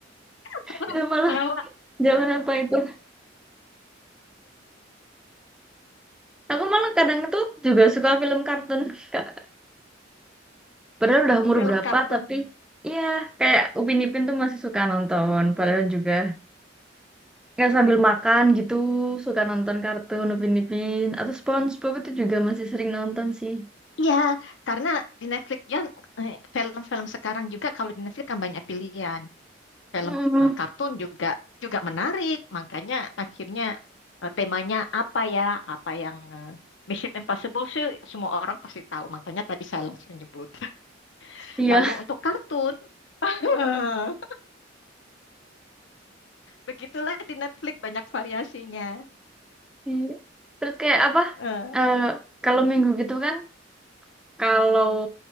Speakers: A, on the left; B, in the centre.
A: <laughs>
B: itu malah
A: Lewat
B: zaman apa itu? Aku malah kadang itu juga suka film kartun. Kak. Padahal udah umur
A: film
B: berapa,
A: kartun.
B: tapi iya kayak Upin Ipin tuh masih suka nonton. Padahal juga nggak sambil makan gitu, suka nonton kartun Upin Ipin atau SpongeBob itu juga masih sering nonton sih.
A: Ya, karena di Netflix kan eh, film-film sekarang juga kalau di Netflix kan banyak pilihan. Film
B: Hmm,
A: eh, kartun juga juga menarik, makanya akhirnya eh, temanya apa ya? Apa yang eh, Mission Impossible sih semua orang pasti tahu, makanya tadi saya langsung nyebut. <laughs>
B: iya.
A: Lalu untuk kartun, <laughs> begitulah di Netflix banyak variasinya.
B: Iya. Terus kayak apa?
A: Eh,
B: Eh, kalau minggu gitu kan. Kalau